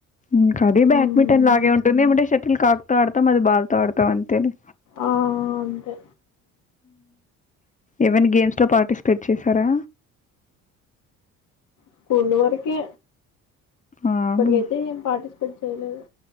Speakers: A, on the left; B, on the left.
A: ఇంకా అది
B: ఉమ్,
A: బ్యాడ్మింటన్ లాగే ఉంటుంది ఏంటే షటిల్ కా ఆడతాం అది బాల్ తో ఆడతాము అంతేలే
B: ఆ అంతే
A: ఎవన్నా గేమ్స్ లో పార్టిసిపేట్ చేసారా
B: స్కూల్ వరకే
A: అవునా!
B: ఇప్పటికైతే ఏం పార్టిసిపేట్ చేయలేదు